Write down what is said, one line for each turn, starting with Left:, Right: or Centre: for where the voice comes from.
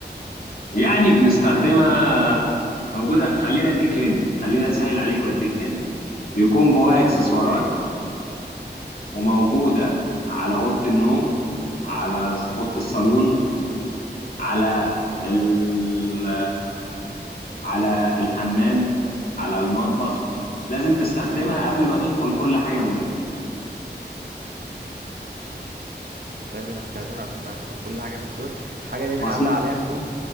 Left: يعني بنستخدمها موجوده خلينا اديك هند خلينا اسهل عليك واديك هند بيكون جواها اكسسوارات
Right: ماشي
Left: وموجوده على اوضه النوم على اوضه الصالون على ال- على الحمام على المطبخ لازم تستخدمها قبل ما تدخل كل حاجة من دول
Right: لازم استخدمها قبل ما ادخل كل حاجة من دول حاجة دي
Left: مصن...
Right: بنعلق عليها هدوم